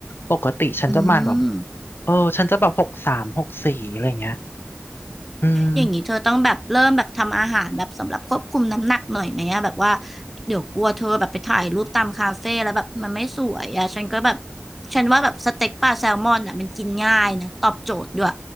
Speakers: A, on the left; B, in the centre.
A: ปกติฉันจะประมาณแบบ
B: อืม
A: เออฉันจะแบบหกสามหกสี่อะไรเงี้ยอืม
B: อย่างนี้เธอต้องแบบเริ่มแบบทำอาหารแบบสำหรับควบคุมน้ำหนักหน่อยไหมอะแบบว่าเดี๋ยวกลัวเธอแบบไปถ่ายรูปตามคาเฟ่แล้วแบบมันไม่สวยอะฉันก็แบบฉันว่าแบบสเต็กปลาแซลมอนอะมันกินง่ายนะตอบโจทย์ด้วย